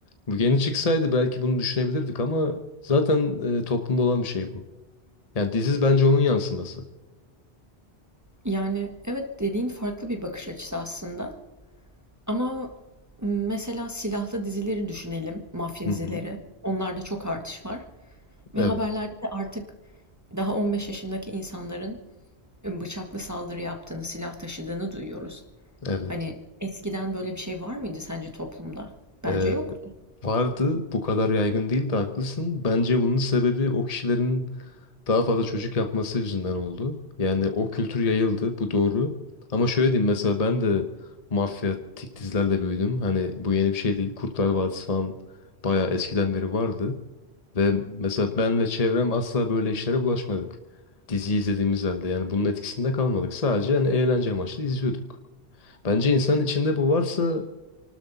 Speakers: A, on the left; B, on the right.
A: bu yeni çıksaydı belki bunu düşünebilirdik ama zaten e, toplumda olan bir şey bu. Yani diziz bence onun yansıması.
B: Yani evet dediğin farklı bir bakış açısı aslında. Ama m, mesela silahlı dizileri düşünelim, mafya
A: Hı
B: dizileri.
A: hı.
B: Onlarda çok artış var. Ve
A: Evet,
B: haberlerde de artık daha 15 yaşındaki insanların ıı, bıçaklı saldırı yaptığını, silah taşıdığını duyuyoruz.
A: evet.
B: Hani eskiden böyle bir şey var mıydı sence toplumda? Bence
A: Ee,
B: yoktu.
A: vardı, bu kadar yaygın değildi, haklısın. Bence bunun sebebi o kişilerin daha fazla çocuk yapması yüzünden oldu. Yani o kültür yayıldı, bu doğru. Ama şöyle diyeyim, mesela ben de mafya tik dizilerle büyüdüm. Hani bu yeni bir şey değil. Kurtlar Vadisi falan bayağı eskiden beri vardı. Ve mesela ben ve çevrem asla böyle işlere bulaşmadık. Dizi izlediğimiz halde yani bunun etkisinde kalmadık. Sadece hani eğlence amaçlı izliyorduk. Bence insanın içinde bu varsa